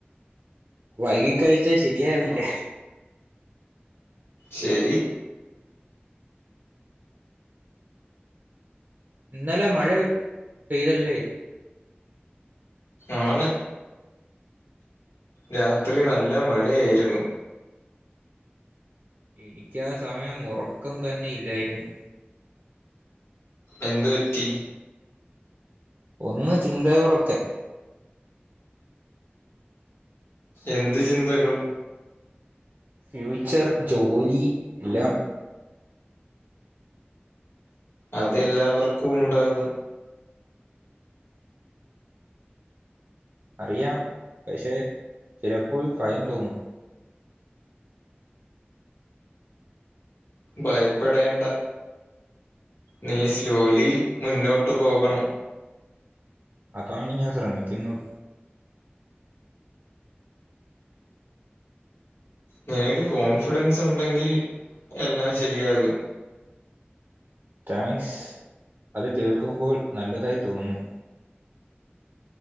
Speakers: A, on the right (about 55°); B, on the left (about 80°).
A: വൈകി കഴിച്ചാ ശരിയാവില്ല
B: ശരി
A: ഇന്നലെ മഴ പെയ്തല്ലേ
B: ആണ് രാത്രി നല്ല മഴയായിരുന്നു
A: എനിക്കാ സമയം ഉറക്കം തന്നെ ഇല്ലായിരുന്നു
B: എന്ത് പറ്റി
A: ഒന്ന് ചിന്തകളൊക്കെ
B: എന്ത് ചിന്തകൾ
A: ഫ്യൂച്ചർ ജോലി എല്ലാം
B: അതെല്ലാവർക്കും ഉണ്ടാകും
A: അറിയാം പക്ഷേ ചിലപ്പോൾ ഭയം തോന്നും
B: ഭയപ്പെടേണ്ട നീ സ്ലോലി മുന്നോട്ട് പോകണം
A: അതാണ് ഞാൻ ശ്രമിക്കുന്നത്
B: നിനക്ക് കോൺഫിഡൻസ് ഉണ്ടെങ്കിൽ എല്ലാം ശരിയാകും
A: താങ്ക്സ് അത് കേൾക്കുമ്പോൾ നല്ലതായി തോന്നും